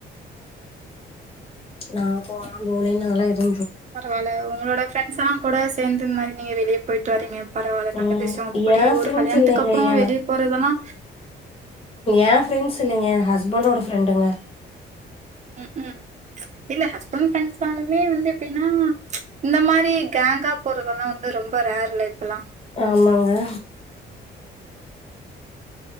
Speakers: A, on the left; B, on the right.
A: நா போனா மூனே நாள்ல எது
B: பரவால உங்களோட ஃப்ரெண்ட்ஸல்லா கூட சேந்து இந் மாரி நீங்க வெளிய போய்ட்டு வரீங்க பரவால்ல
A: ம்
B: நல்ல விஷ்ஷோ அப்டி
A: ஏ ஃப்ரெண்ட்ஸ்
B: ஒரு கல்யாணத்துக்கு
A: இல்லைங்க
B: அப்றோ
A: ஏ
B: வெளிய போறதெல்லா
A: ஏ ஃப்ரெண்ட்ஸ் இல்லைங்க ஹஸ்பண்டோட ஃப்ரெண்டுங்க
B: ம் ம் இல்ல ஹஸ்பண்ட் ஃப்ரெண்ட்ஸ் நாளுமே வந்து எப்டின்னா இந்த மாரி கேங்கா போறதெல்லா வந்து ரொம்ப ரேர்ல இப்பெல்லா
A: ஆமாங்க